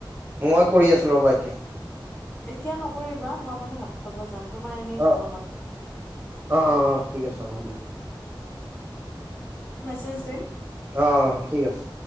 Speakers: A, on the right; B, on the left.
A: মই কৰি আছো ৰ'বা এতিয়া।
B: এতিয়া নকৰিবা মই মানে ভাত খাব যাম। এনে
A: অ
B: ন
A: অ অ অ ঠিক আছে হ'ব দিয়া
B: টডেম
A: অ ঠিক আছে।